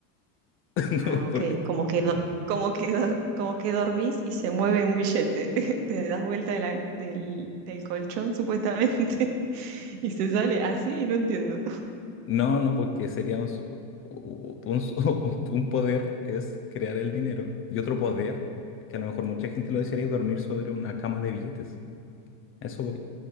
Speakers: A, on the left; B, on the right.
A: <laughs>
B: Ah, ok.
A: Porque-
B: Como que, do- como que, do- como que dormís y se mueve un billete. <laughs> Te das vuelta de la- del, del colchón, supuestamente, <laughs> y se sale así, no entiendo.
A: No, no, porque sería un, su- u- u- un su- <laughs> un poder es crear el dinero y otro poder, que a lo mejor mucha gente lo desearía, es dormir sobre una cama de billetes. A eso voy.